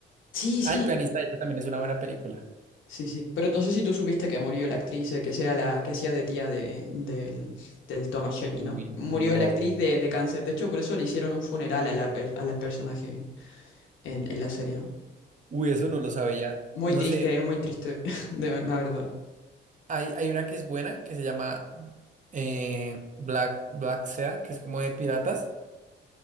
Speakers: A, on the left (about 80°); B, on the right (about 40°).
A: Sí, sí.
B: Ah, el pianista, de hecho, también es una buena película.
A: Sí, sí. Pero no sé si tú supiste que murió la actriz, eh, que sea la que hacía de tía de, del, del Thomas Shelby,
B: Uy,
A: ¿no? Murió
B: no.
A: la actriz de, de cáncer. De hecho, por eso le hicieron un funeral a la, per- a la personaje en, en la serie, ¿no?
B: Uy, eso no lo sabía.
A: Muy
B: No
A: triste,
B: sé,
A: eh, muy triste, <laughs> de, la verdad.
B: hay, hay una que es buena que se llama eh, Black, Black Sea, que es como de piratas.